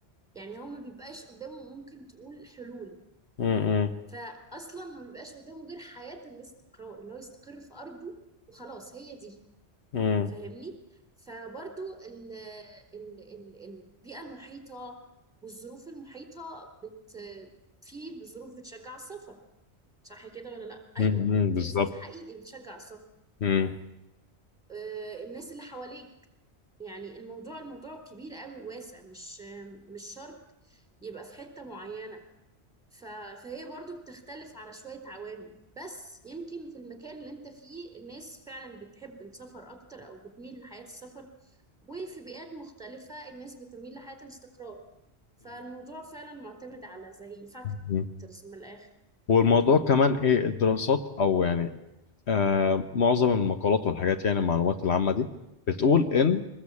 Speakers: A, in the centre; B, on the left.
A: يعني هو ما بيبقاش قدامه ممكن تقول حلول
B: مم.
A: فاصلا ما بيبقاش قدامه غير حياه الاستقرار اللي هو يستقر في ارضه وخلاص هي دي
B: مم.
A: فاهمني فبرضو ال ال ال البيئه المحيطه والظروف المحيطه بت في ظروف بتشجع السفر صح كده ولا لا ايوه
B: مم. مم.
A: في
B: بالظبط
A: ظروف حقيقي بتشجع السفر
B: مم.
A: آه، الناس اللي حواليك يعني الموضوع الموضوع كبير قوي وواسع مش مش شرط يبقى في حتة معينة ف... فهي برضو بتختلف على شوية عوامل بس يمكن في المكان اللي انت فيه الناس فعلا بتحب السفر اكتر او بتميل لحياة السفر وفي بيئات مختلفة الناس بتميل لحياة الاستقرار فالموضوع فعلا معتمد على زي فاكتورز
B: الموضوع
A: من الاخر
B: والموضوع كمان ايه الدراسات او يعني آه معظم المقالات والحاجات يعني المعلومات العامة دي بتقول ان